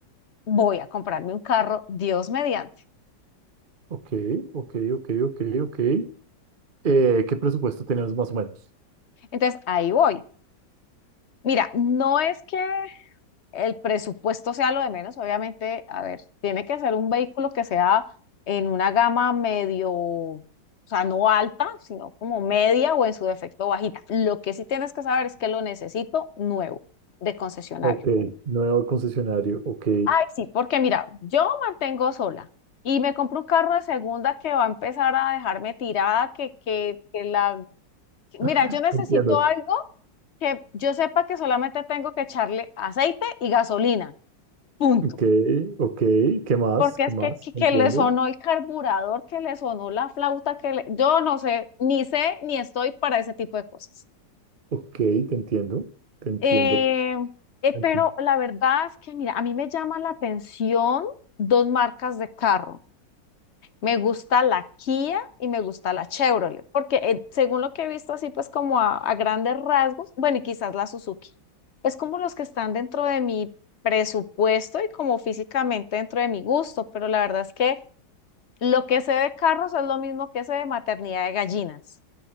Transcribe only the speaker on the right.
ok, ok, ok, ok, ok. Eh, ¿qué presupuesto tenemos más o menos?
Ok, nuevo concesionario, ok.
<laughs>
Entiendo.
Ok, ok, ¿qué más?
¿Qué
más?
Te entiendo.
Ok, te entiendo, te entiendo.
Enti-